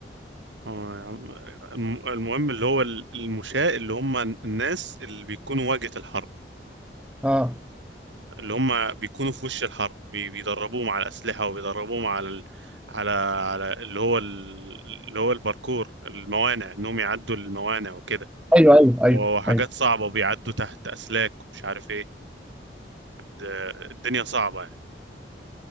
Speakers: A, on the right; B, in the centre.
A: آه، يا عم. الم- المهم اللي هو ال- المشاة اللي هم الناس اللي بيكونوا واجهة الحرب
B: اه
A: اللي هم بيكونوا في وش الحرب بي- بيدربوهم على الأسلحة وبيدربوهم على ال... على على اللي هو ال... اللي هو الباركور الموانع انهم يعدوا الموانع وكده
B: ايوه ايوه ايوه
A: وحاجات
B: ايوه
A: صعبة وبيعدوا تحت أسلاك ومش عارف ايه ده- الدنيا صعبة يعني